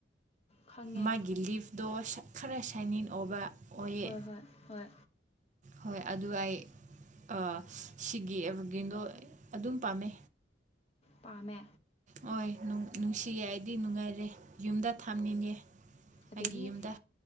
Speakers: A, on the left; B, on the right.
A: ꯈꯪꯉꯦ
B: ꯃꯥ ꯒꯤ ꯂꯤꯐꯇꯣ ꯁ ꯈꯔ ꯁꯥꯏꯅꯤꯟ ꯑꯣꯕ ꯑꯣꯏꯌꯦ
A: ꯍꯣꯏ ꯍꯣꯏ ꯍꯣꯏ
B: ꯍꯣꯏ ꯑꯗꯨ ꯑꯩ ꯑꯥ ꯁꯤꯒꯤ ꯑꯦꯕꯔꯒ꯭ꯔꯤꯟꯗꯣ ꯑꯗꯨꯝ ꯄꯥꯝꯃꯦ
A: ꯄꯥꯝꯃꯦ
B: ꯍꯣꯏ ꯅꯨꯡ ꯅꯨꯡꯁꯤꯌꯦ ꯑꯩꯗꯤ ꯅꯨꯡꯉꯥꯏꯔꯦ ꯌꯨꯝꯗ ꯊꯝꯅꯤꯡꯉꯦ
A: ꯑꯗꯒꯤ
B: ꯑꯩꯒꯤ ꯌꯨꯝꯗ